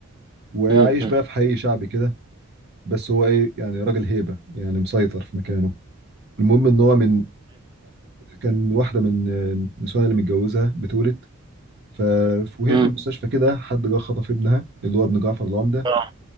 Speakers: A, on the right (about 50°); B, on the right (about 20°).
A: وعايش
B: مم.
A: بقى في حي شعبي كده بس هو ايه يعني راجل هيبه يعني مسيطر في مكانه المهم ان هو من كان واحده من النسوان اللي متجوزها بتولد ف... وهي
B: مم.
A: في المستشفى كده حد جه خطف ابنها اللي هو ابن جعفر العمده
B: اه